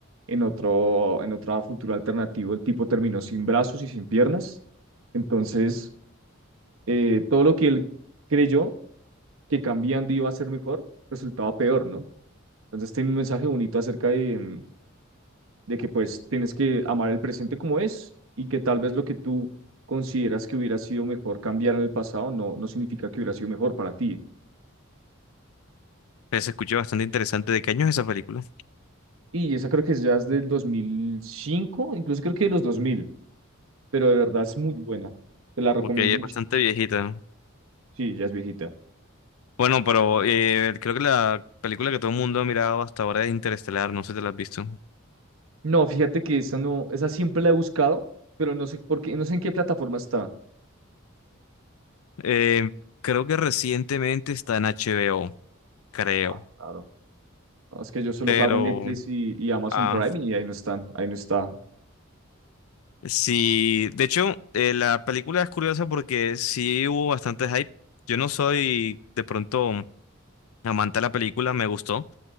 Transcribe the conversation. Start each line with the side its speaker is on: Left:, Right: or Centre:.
Right: en otro, en otra futura alternativa el tipo terminó sin brazos y sin piernas. Entonces, eh, todo lo que él creyó que cambiando iba a ser mejor, resultaba peor, ¿no? Entonces tiene un mensaje bonito acerca de, mm, de que pues tienes que amar el presente como es y que tal vez lo que tú consideras que hubiera sido mejor cambiar en el pasado no, no significa que hubiera sido mejor para ti.
Left: Pues se escuchó bastante interesante. ¿De qué año es esa película?
Right: Y esa creo que es ya es del dos mil cinco incluso creo que de los dos mil pero de verdad es muy buena. Te la recomiendo
Left: Porque
Right: mucho.
Left: es bastante viejita.
Right: Sí, ya es viejita.
Left: Bueno, pero eh, creo que la película que todo el mundo ha mirado hasta ahora es Interestelar, no sé si te la has visto.
Right: No, fíjate que esa no, esa siempre la he buscado, pero no sé por qué, no sé en qué plataforma está.
Left: Eh, creo que recientemente está en HBO, creo.
Right: Ah, claro. No, Es que yo solo
Left: Pero,
Right: pago Netflix y, y Amazon
Left: ah,
Right: Prime y ahí no están, ahí no está.
Left: sí, de hecho, eh, la película es curiosa porque sí hubo bastante hype. Yo no soy de pronto amante de la película, me gustó.